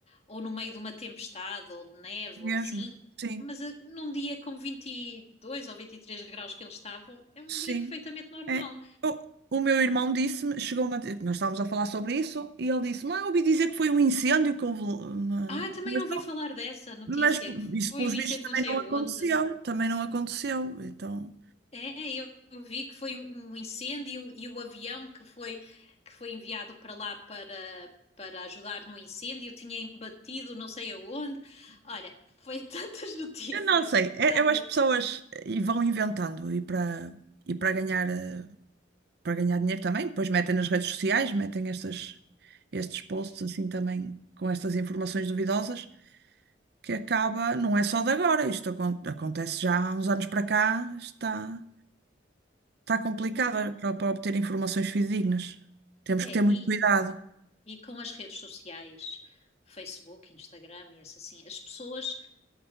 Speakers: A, on the left; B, on the right.
A: Ou no meio de uma tempestade, ou de neve,
B: mesmo,
A: ou assim.
B: sim.
A: Mas eh, num dia com 22 ou 23 graus que eles estavam, é um
B: Sim.
A: dia perfeitamente normal.
B: É. O, o meu irmão disse-me, chegou-me a dizer, nós estávamos a falar sobre isso, e ele disse-me, ah, eu ouvi dizer que foi um incêndio que houve. na-
A: Ah,
B: na-"
A: também
B: Mas,
A: ouvi
B: não,
A: falar dessa notícia,
B: mas
A: que
B: isso,
A: foi
B: pelos
A: um incêndio
B: vistos, também
A: não sei
B: não
A: aonde.
B: aconteceu. Também não aconteceu. Então,
A: É, eu eu vi que foi um um incêndio e o avião que foi, que foi enviado para lá para, para ajudar no incêndio tinha embatido não sei aonde. Olha, foi tantas <laughs> notícias
B: eu não sei.
A: que
B: É-
A: realmente.
B: Eu, as pessoas eh, e vão inventando e para, e para ganhar, eh, para ganhar dinheiro também, depois metem nas redes sociais, metem estas, estes posts
A: Pois,
B: assim também com estas informações duvidosas. que acaba, não é só de agora, isto acon- acontece já há uns anos para cá, está, está complicado
A: é verdade, não.
B: para, para obter informações fidedignas. Temos
A: É,
B: que ter
A: É,
B: muito
A: e,
B: cuidado.
A: e com as redes sociais, Facebook, Instagram e essa assim, as pessoas.